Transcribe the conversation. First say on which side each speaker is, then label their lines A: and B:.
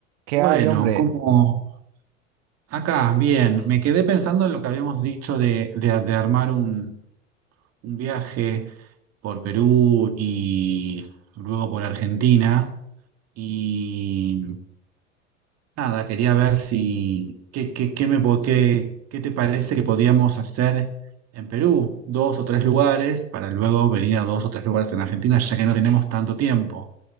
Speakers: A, on the right (about 60°); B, on the right (about 40°).
A: ¿Qué
B: Bueno,
A: hay, hombre?
B: como acá, bien, me quedé pensando en lo que habíamos dicho de, de- de armar un, un viaje por Perú y luego por Argentina. Y nada, quería ver si, qué, qué, qué me, po- qué, qué te parece que podíamos hacer en Perú, dos o tres lugares, para luego venir a dos o tres lugares en Argentina, ya que no tenemos tanto tiempo.